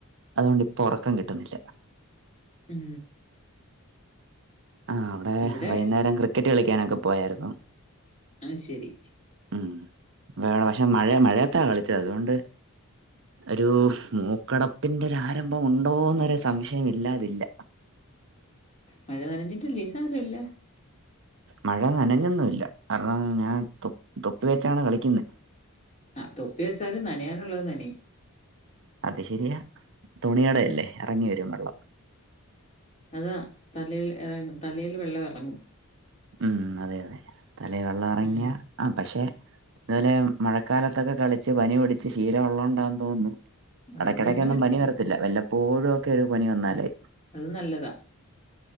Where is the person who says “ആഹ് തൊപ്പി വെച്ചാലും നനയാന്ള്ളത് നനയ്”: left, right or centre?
Left